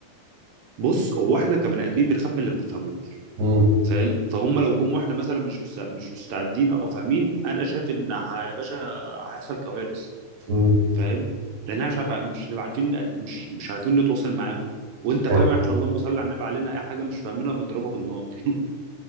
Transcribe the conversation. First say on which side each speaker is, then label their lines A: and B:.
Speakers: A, on the right; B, on the right.
A: بص هو احنا كبني ادمين بنخاف من اللي ما بنفهموش
B: مم.
A: فاهم مم. فهم لو جم واحنا مثلا مش مست- مش مستعدين او فاهمين انا شايف ان ه- يا باشا هيحصل كوارث
B: مم.
A: فاهم لان احنا مش عارف مش نبقى عارفين مش مش عارفين نتواصل معاهم وانت فاهم
B: يعني
A: احنا اللهم صل على النبي علينا اي حاجه مش فاهمينها بنضربها بالنار <laughs>